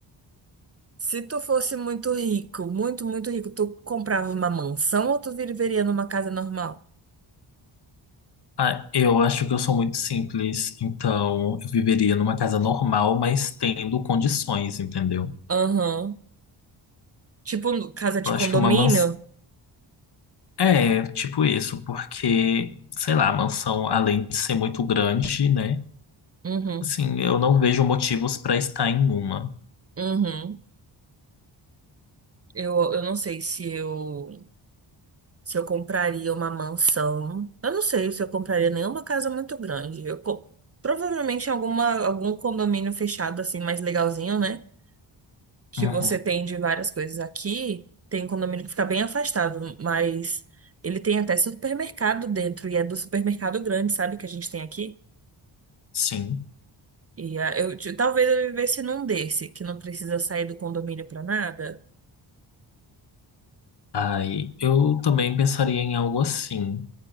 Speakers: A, on the right; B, on the left.
A: Se tu fosse muito rico, muito, muito rico, tu comprava uma mansão ou tu viveria numa casa normal?
B: Ah, eu acho que eu sou muito simples, então eu viveria numa casa normal, mas tendo condições, entendeu?
A: Aham. Tipo, no- casa de
B: Eu
A: condomínio?
B: acho que uma mansão. É, tipo isso, porque, sei lá, a mansão, além de ser muito grande, né?
A: Uhum.
B: Assim, eu não vejo motivos para estar em uma.
A: Uhum. Eu, eu não sei se eu, se eu compraria uma mansão. Eu não sei se eu compraria nenhuma casa muito grande. Eu co- provavelmente alguma, algum condomínio fechado, assim, mais legalzinho, né? que
B: Uhum,
A: você tem de várias coisas aqui, tem um condomínio que fica bem afastado, mas ele tem até supermercado dentro, e é do supermercado grande, sabe, que a gente tem aqui?
B: sim.
A: E ah, eu, t- talvez eu vivesse num desse, que não precisa sair do condomínio pra nada.
B: Ai, eu também pensaria em algo assim.